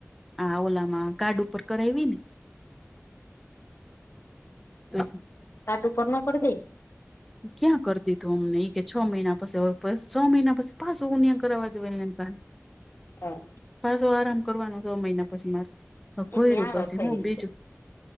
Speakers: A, in the centre; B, on the left.
A: આ ઓલામાં ગાર્ડ ઉપર કરાવી ને હમ.
B: કાટ ઉપર ન કરી દઈ.
A: ક્યાં કરી દીધું અમને એ કે છ મહિના પછી છ મહિના પછી પાછુંયાં કરાવવા જોએ પાન <inaudible>
B: હા.
A: પાછો આરામ કરવાનું છ મહિના પછી મારે કોોયર્યું
B: એને હારો
A: પછ
B: થઈ
A: હું બીજું.
B: હશે.